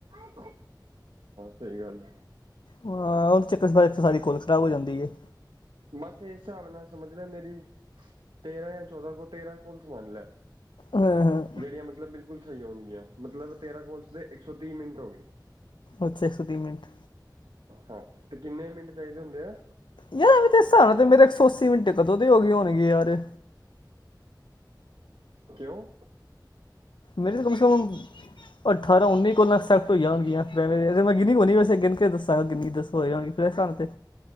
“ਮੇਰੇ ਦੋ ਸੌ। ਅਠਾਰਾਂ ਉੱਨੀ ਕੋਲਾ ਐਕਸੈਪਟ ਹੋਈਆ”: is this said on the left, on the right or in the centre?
Left